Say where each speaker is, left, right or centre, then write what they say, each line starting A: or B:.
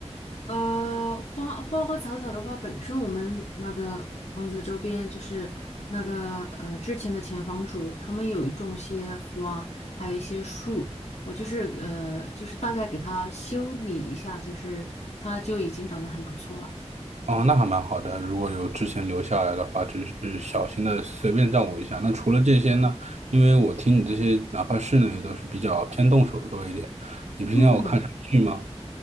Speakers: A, on the left; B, on the right.
A: 呃，花花花草草的话，本身我们那个房子周边就是那个呃之前的前房主，他们有种些花，还有一些树。我就是呃，就是大概给它修理一下，就是它就已经长得很不错了。
B: 哦，那还蛮好的。如果有之前留下来的话，只是小心的随便照顾一下。那除了这些呢？因为我听你这些，哪怕室内都是比较偏动手的多一点。你平常有看什么剧吗？
A: 嗯